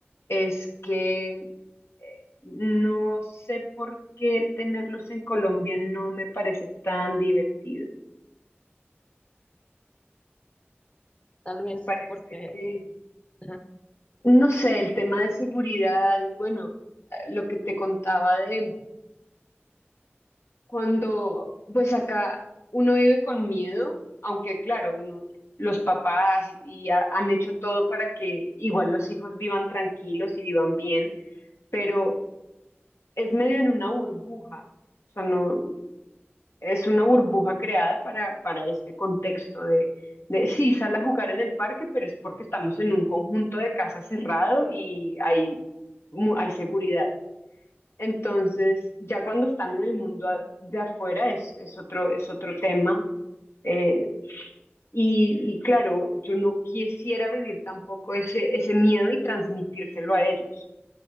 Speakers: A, on the left; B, on the left.
A: Es que no sé por qué tenerlos en Colombia no me parece tan divertido.
B: Tal vez
A: Me parece
B: porque...
A: que,
B: ajá.
A: no sé, el tema de seguridad y bueno, eh, lo que te contaba de cuando, pues acá uno vive con miedo, aunque claro, uno, los papás y, y ha- han hecho todo para que igual los hijos vivan tranquilos y vivan bien, pero es medio en una burbuja. O sea, no, es una burbuja creada para, para este contexto de, de sí, sal a jugar en el parque, pero es porque estamos en un conjunto de casas cerrado y hay, mu- hay seguridad. Entonces, ya cuando están en el mundo a- de afuera es, es otro, es otro tema. eh, y, y claro, yo no quisiera vivir tampoco ese, ese miedo y transmitírselo a ellos.